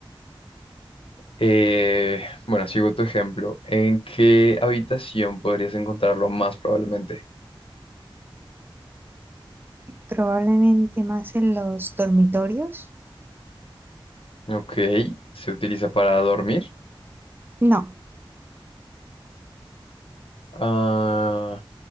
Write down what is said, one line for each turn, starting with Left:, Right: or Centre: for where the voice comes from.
Left: Eh, bueno, sigo tu ejemplo. ¿En qué habitación podrías encontrarlo más probablemente?
Right: probablemente más en los dormitorios.
Left: Ok, se utiliza para dormir.
Right: No,
Left: Ah,